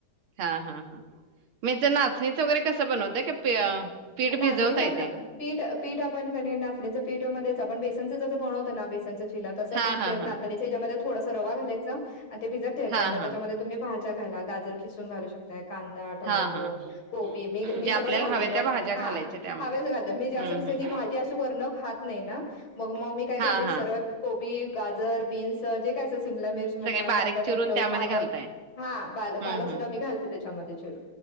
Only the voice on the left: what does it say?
नाचणीच
आपलं
पीठ -पीठ आपण नाचणीच पिठा मध्ये - पिठा मध्ये बेसनच जस बनवत ना बेसनच चीला केला ना तसाच
त्याचा
मध्ये रवा घालायचा अन ते भिजत ठेवायच
अणि मग
त्याचा मध्ये तुम्ही भज्यां घालू शकता. गाजर किसून घालू शकता कांदा टोमॅटो
कोबी मी
मी
सगळच घालते
मग-
हा
हव ना मी कस
ही भाजी अशी वर्ण खात नाही ना मग म मी काय
करते
कोबी गाजर बीन्स जे काय अस सिमला मिर्ची म्हणा
कांदा
टोमॅटो
पालक-
हा पाल
पालक
सुद्धा मी घालते त्याच्यामध्ये चिरून